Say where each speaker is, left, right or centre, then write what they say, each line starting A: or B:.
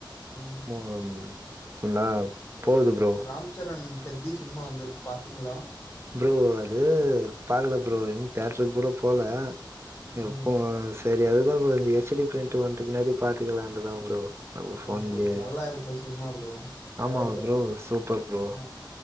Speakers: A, on the left; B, on the right.
A: ம்
B: <unintelligible> ப்ரோ.
A: ராம்ச்சரண் பெத்தி சின்மா வந்துருக்கு பாத்திங்ளா
B: ப்ரோ அது பாக்கல ப்ரோ இன்னு தேட்ரு கூட போல எப்போ
A: ம்
B: செரி அதுதா கொஞ்ச ஹெச் டி ப்ரிண்ட்டு வன்ட பின்னாடி பாத்துக்கலான்டுதா ப்ரோ <unintelligible> ஃபோன்லியே
A: ஆ ப்ரோ நல்லா இருக்கு சினிமா ப்ரோ பரவாயில்ல
B: ஆமா ப்ரோ சூப்பர் ப்ரோ
A: ஆ